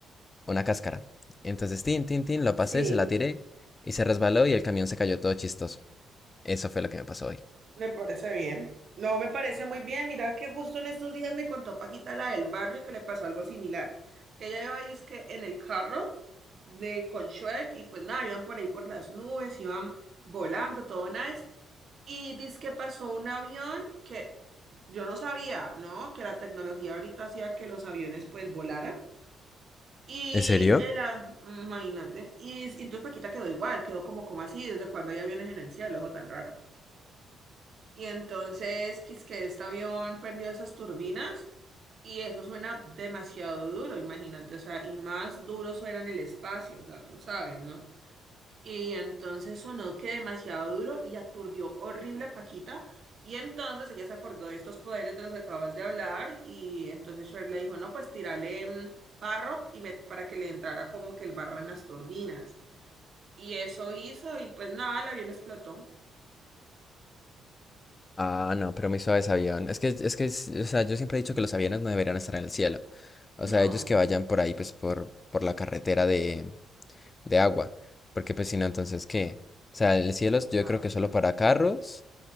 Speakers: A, on the left; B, on the right.
A: una cáscara. Entonces, tin, tin, tin, lo
B: Sí,
A: pasé, se la tiré y se resbaló y el camión se cayó todo chistoso. Eso fue lo que me pasó hoy.
B: me parece bien. No, me parece muy bien. Mira que justo en estos días me contó Paquita, la del barrio, que le pasó algo similar. Que ella iba es que en el carro de con Shrek y pues nada, iban por ahí por las nubes, iban volando, todo nice. Y dice que pasó un avión que yo no sabía, ¿no? Que la tecnología ahorita hacía que los aviones pues volaran. Y
A: ¿En serio?
B: el, a- imagínate, y, s- y entonces Paquita quedó igual, quedó como, como así? ¿Desde cuando hay aviones en el cielo? Ojo, tan raro. Y entonces, quis que este avión perdió esas turbinas y eso suena demasiado duro, imagínate, o sea, y más duro suena en el espacio, o sea, tú sabes, ¿no? Y entonces sonó que demasiado duro y aturdió horrible a Paquita. Y entonces ella se acordó de estos poderes de los que acabas de hablar. Y entonces Shrek le dijo, no, pues tírale mm, barro y me- para que le entrara como que el barro en las turbinas. Y eso hizo y pues nada, el avión explotó.
A: Ah, no, pero muy suaves avión. Es que, es que, es- o sea, yo siempre he dicho que los aviones no deberían estar en el cielo. O
B: No,
A: sea, ellos que vayan por ahí, pues, por, por la carretera de, de agua. Porque, pues, si no, entonces, ¿qué? O sea, el cielo es- yo
B: exacto.
A: creo que solo para carros